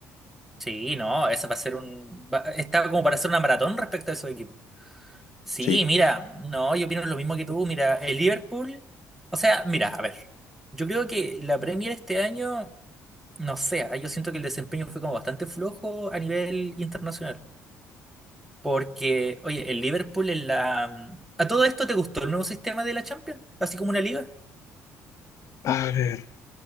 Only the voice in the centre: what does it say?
Sí, no, esa va a ser un... va- Está como para hacer una maratón respecto a esos equipos. Sí,
mira, no, yo opino lo mismo que tú. Mira, el Liverpool, o sea, mira, a ver, yo creo que la Premier este año, no sé, ah, yo siento que el desempeño fue como bastante flojo a nivel internacional. Porque, oye, el Liverpool en la... mm, ¿A todo esto te gustó el nuevo sistema de la Champions? Así como una liga.